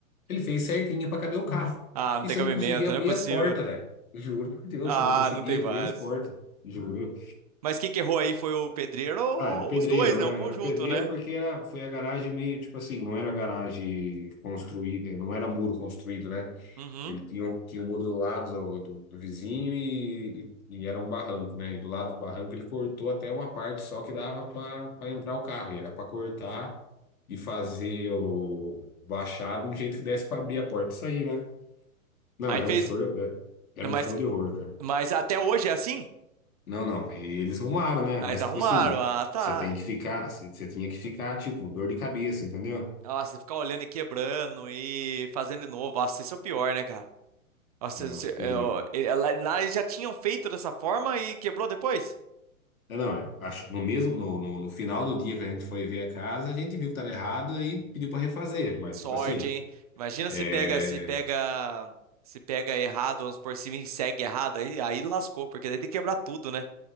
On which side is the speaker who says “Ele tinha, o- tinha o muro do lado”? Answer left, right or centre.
Left